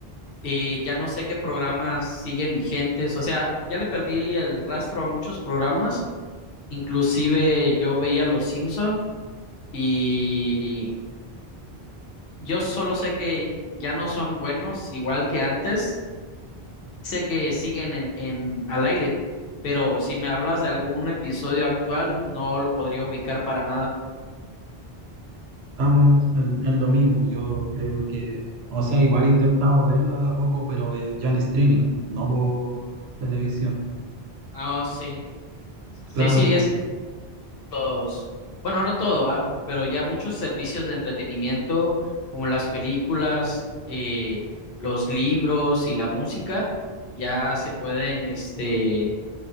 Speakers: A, on the left; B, on the right.
A: eh, ya no sé qué programas siguen vigentes. O sea, ya le perdí el rastro a muchos programas. Inclusive yo veía Los Simpson y yo solo sé que ya no son buenos igual que antes. sé que siguen en, en al aire, pero si me hablas de algún episodio actual, no lo podría ubicar para nada.
B: Estamos en, en lo mismo, yo creo que, o sea, igual he intentado verla de a poco, pero eh, ya en streaming, no por televisión.
A: Ah, sí.
B: Y
A: Sí,
B: Claro,
A: sí,
B: de-
A: estos. Bueno, no todo, ah, pero ya muchos servicios de entretenimiento, como las películas, eh, los libros y la música, ya se pueden, este,